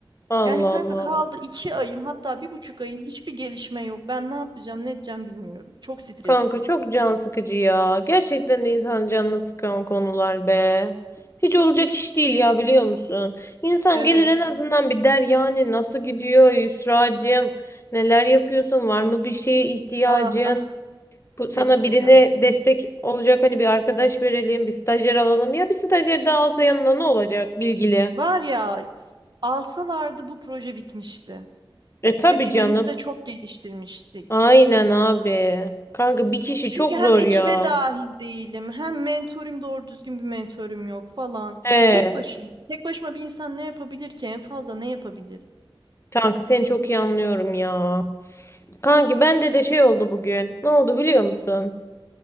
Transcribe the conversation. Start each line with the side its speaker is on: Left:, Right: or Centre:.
Left: Allah
Right: Yani kanka
Left: Allah.
Right: kaldı iki ayım hatta bir buçuk ayım hiçbir gelişme yok. Ben ne yapacağım ne edeceğim bilmiyorum. Çok stresliyim.
Left: Kanka çok can sıkıcı ya. Gerçekten de insanın canını sıkan konular be. Hiç olacak iş değil ya biliyor musun? İnsan
Right: Evet.
Left: gelir en azından bir der yani nasıl gidiyor Yusra'cığım? Neler yapıyorsun? Var mı bir şeye ihtiyacın?
Right: Ah ah
Left: Bu sana
Right: keşke
Left: birine
Right: kanka.
Left: destek olacak hani bir arkadaş verelim, bir stajyer alalım. Ya bir stajyer daha alsa yanına ne olacak bilgili?
Right: Var ya s- alsalardı bu proje bitmişti
Left: E tabii
Right: ve birbirimizi
Left: canım.
Right: de çok geliştirmiştik.
Left: Aynen abi. Kanka bir kişi
Right: Çünkü
Left: çok
Right: hem
Left: zor
Right: ekibe
Left: ya.
Right: dahil değilim, hem mentorum doğru düzgün bir mentorum yok falan.
Left: He.
Right: Yani tek başıma. Tek başıma bir insan ne yapabilir ki? En fazla ne yapabilir?
Left: Kanka seni çok iyi anlıyorum ya. Kanki bende de şey oldu bugün. Ne oldu biliyor musun?